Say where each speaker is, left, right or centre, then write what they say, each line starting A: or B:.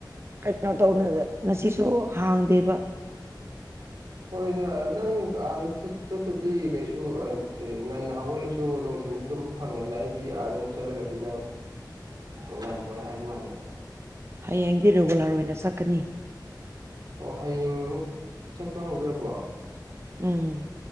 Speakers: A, on the right; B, on the right.
A: ꯀꯩꯅꯣ ꯇꯧ ꯉꯁꯤꯁꯨ ꯍꯥꯡꯗꯦꯕ
B: ꯍꯣꯏꯗ ꯅꯪ ꯑꯥꯗ ꯆꯠ꯫ ꯆꯠꯇꯗꯤ ꯀꯩꯁꯨ ꯉꯟꯅ ꯍꯧꯒꯜꯂꯁꯨ ꯅꯨꯡꯊꯤꯟꯗ ꯇꯨꯝꯕ ꯐꯪꯉꯦꯗꯅ ꯑꯩꯗꯤ ꯑꯥꯗ ꯑꯃꯨꯛ ꯆꯠꯂꯒꯗꯤ ꯅꯪ꯫ ꯉꯝꯃꯣꯏ ꯍꯥꯏꯕ ꯋꯥꯅꯤꯗ꯫
A: ꯍꯌꯦꯡꯗꯤ ꯔꯤꯒꯨꯂꯔ ꯑꯣꯏꯅ ꯆꯠꯀꯅꯤ꯫
B: ꯑꯣ ꯍꯌꯦꯡ ꯑꯃꯨꯛ ꯆꯠꯄ ꯍꯧꯗ꯭ꯔꯕꯣ꯫
A: ꯎꯝ꯫